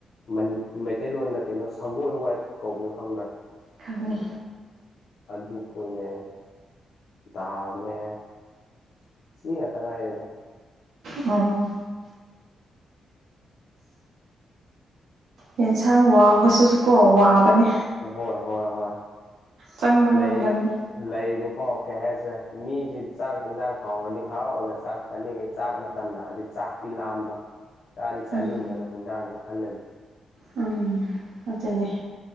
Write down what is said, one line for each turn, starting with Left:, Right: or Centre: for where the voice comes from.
Left: ꯃꯅꯤꯄꯨꯔꯤ ꯃꯩꯇꯩꯂꯣꯟꯗ ꯀꯩꯅꯣ ꯁꯒꯣꯜ ꯍꯋꯥꯏ ꯀꯧꯕꯗꯣ ꯈꯪꯕ꯭ꯔꯥ
Right: ꯈꯪꯉꯤ
Left: ꯑꯗꯨꯈꯣꯏꯅꯦ ꯗꯥꯜꯅꯦ ꯁꯤ ꯇꯉꯏ ꯂꯩꯗ
Right: ꯑꯣ ꯑꯦꯟꯁꯥꯡ ꯋꯥꯕꯕꯁꯤꯁꯨ ꯀꯣ ꯋꯥꯕꯅꯦ
Left: ꯍꯣꯏ ꯍꯣꯏ ꯍꯣꯏ
Right: ꯆꯪꯕ
Left: ꯂꯩ
Right: ꯉꯝꯗꯕꯅꯦ
Left: ꯂꯩꯕ ꯐꯥꯎ ꯀꯩ ꯍꯥꯏꯁꯤꯔꯦ ꯃꯤꯗꯤ ꯆꯥꯛ ꯌꯦꯟꯖꯥꯡ ꯍꯥꯎꯔꯗꯤ ꯍꯔꯥꯎꯔꯒ ꯆꯥꯛ ꯆꯥꯅꯤꯡꯉꯦ ꯆꯥꯛ ꯃꯇꯝꯗ ꯍꯥꯏꯗꯤ ꯆꯥꯛ ꯂꯥꯝꯕ ꯆꯥꯗꯤ ꯆꯥꯅꯤꯡꯗꯕ
Right: ꯎꯝ
Left: ꯍꯤꯟꯖꯥꯡꯗꯣ ꯈꯜꯂꯗꯤ
Right: ꯎꯝ ꯑꯗꯨꯅꯦ